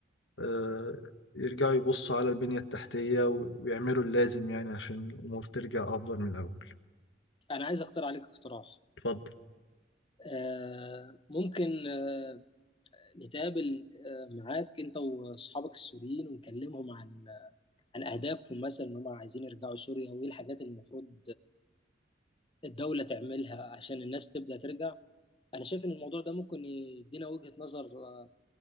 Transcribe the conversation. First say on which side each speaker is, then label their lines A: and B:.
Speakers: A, on the left; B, on the left.
A: آه، يرجعوا يبصوا على البنية التحتية و- ويعملوا اللازم يعني عشان الأمور ترجع أفضل من الأول
B: انا عايز اختار عليك اقتراح
A: اتفضل
B: آه، ممكن آه، نتقابل آه، معاك انت واصحابك السوريين ونكلمهم عن عن اهدافهم مثلا ان هم عايزين يرجعوا سوريا وايه الحاجات اللي المفروض الدولة تعملها عشان الناس تبدأ ترجع انا شايف ان الموضوع ده ممكن يدينا وجهة نظر آه،